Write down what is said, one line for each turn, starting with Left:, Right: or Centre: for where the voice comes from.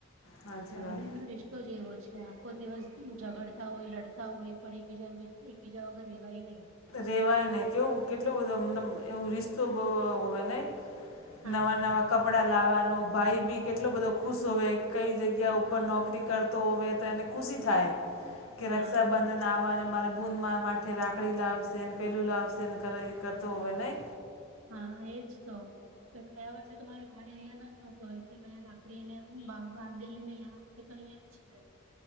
Left: હાચી
Right: ભાઈ
Left: વાત
Right: બહેન નો રિશ તો જ એવો છે આખો દિવસ ઝગડતા હોય લડતા હોય પણ એકબીજા વી એકબીજા વગર રહેવાય નહીં.
Left: રેવાય નહી કેવું કેટલો બધો મતલબ એવું રિસ્તો બવ એવો હોય નહી.
Right: હા
Left: નવા નવા કપડા લાવવાનું ભાઈ બી કેટલો બધો ખુશ હોય કઈ જગ ગ્યા ઉપર
Right: હા
Left: નોકરી કરતો હોય તો એને ખુશી થાય કે
Right: હા
Left: રક્ષાબંધન નાવાને મારે બૂન મારા માથે રાખડી લાવશેન પેલું લાવશેન <unintelligible> કરતો હોવે નહી.
Right: હા એજ તો પણ કયા વર્ષે તો મારો ભાઈ અહીંયા ના આવ તો એટલે મેં રાખડીને એને હુ બાંધેલી ને આ વખતે તો અહિયાં જ છે.